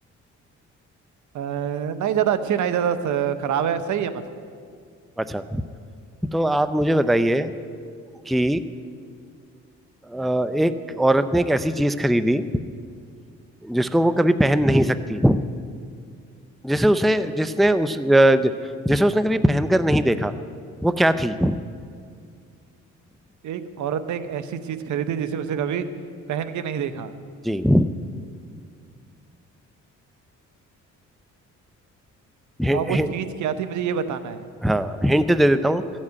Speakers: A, on the right (about 70°); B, in the centre.
A: अ, नहीं ज्यादा अच्छे नहीं ज्यादा स- खराब है सही है मतलब
B: अच्छा तो आप मुझे बताइए कि अ, एक औरत ने एक ऐसी चीज खरीदी जिसको वो कभी पहन
A: बिल-
B: नहीं सकती जिसे उसे
A: ओ,
B: जिसने उस अ, ज- जिसे उसने कभी पहनकर नहीं देखा वो क्या थी
A: एक औरत ने एक ऐसी चीज खरीदी जिसे उसे कभी पहन के नहीं देखा
B: जी हि,
A: और वो
B: हि,
A: चीज क्या थी मुझे ये बताना है।
B: हाँ हिंट दे देता हूँ